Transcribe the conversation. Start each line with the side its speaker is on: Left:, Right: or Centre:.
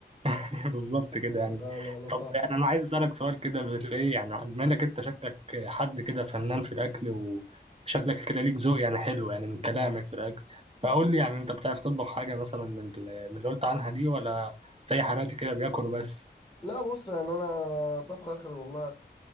Right: <laughs> بالظبط كده يعني
Left: لا لا لا
Right: طب
Left: صعب
Right: يعني انا عايز اسالك سؤال كده بالايه يعني بما انك انت شكلك حد كده فنان في الاكل وشكلك كده ليك ذوق يعني حلو يعني من كلامك في الاكل فقول لي يعني انت بتعرف تطبخ حاجه مثلا من ال- من اللي قلت عنها دي ولا زي حالاتي كده بياكل بس
Left: لا بص يعني انا طبخ اخر والله